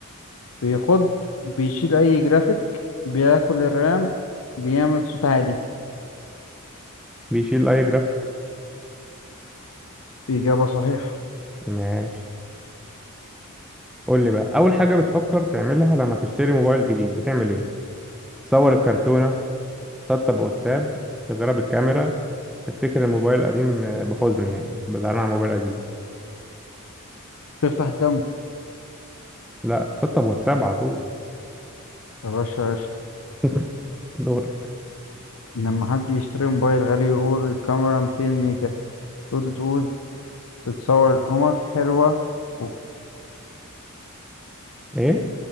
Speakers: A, on the left (about 70°); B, in the centre.
A: بيخض بيشيل أي جرافيك بياكل الرام بيعمل صوت عالي
B: بيشيل أي جرافيك
A: إجابة صحيحة
B: ماشي قول لي بقى أول حاجة بتفكر تعملها لما تشتري موبايل جديد بتعمل إيه؟ تصور الكرتونة تسطب واتساب تجرب الكاميرا تفتكر الموبايل القديم بحزن يعني تبقى زعلان على الموبايل القديم
A: تفتح الكاميرا
B: لا تسطب واتساب على طول
A: يا باشا قشطة
B: <laughs> دور
A: لما حد يشتري موبايل غالي يقول الكاميرا 200 ميجا تقول تقول بتصور القمر حلوة وبتكتب
B: ايه